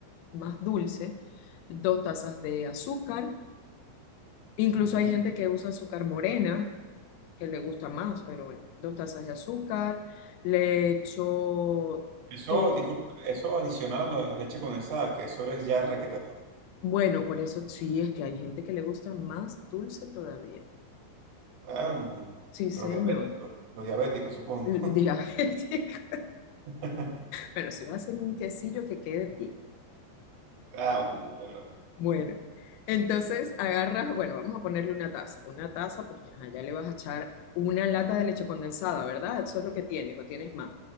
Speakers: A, on the left (about 85°); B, on the right (about 70°).
A: más dulce, dos tazas de azúcar. Incluso
B: ujú.
A: hay gente que usa azúcar morena, que le gusta más, pero bueno, dos tazas de azúcar. Le echo
B: Eso,
A: todo.
B: disculpa, eso adicional a lo de la leche condensada, que eso es ya requete.
A: bueno, por eso sí es que hay gente que le gusta más dulce todavía.
B: ah, mon,
A: Sí, señor.
B: Los diabéticos, los diabéticos, supongo.
A: Dígame. <laughs>
B: <laughs>
A: Bueno, si vas a hacer un quesillo que quede bien.
B: Ah, bueno, claro.
A: Bueno, entonces agarras, bueno, vamos a ponerle una taza, una taza porque allá ya le vas a echar una lata de leche condensada, ¿verdad? Eso es lo que tienes o tienes más